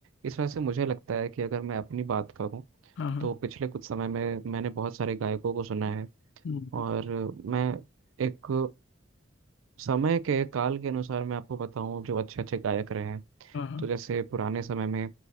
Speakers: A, on the right; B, on the left.
A: इस वजह से मुझे लगता है कि अगर मैं अपनी बात करूं
B: हाँ हाँ
A: तो पिछले कुछ समय में मैंने बहुत सारे गायकों को सुना है
B: हम्म,
A: और मैं एक समय के काल के अनुसार मैं आपको बताऊं जो अच्छे अच्छे गायक रहे हैं
B: हाँ हाँ
A: तो जैसे पुराने समय में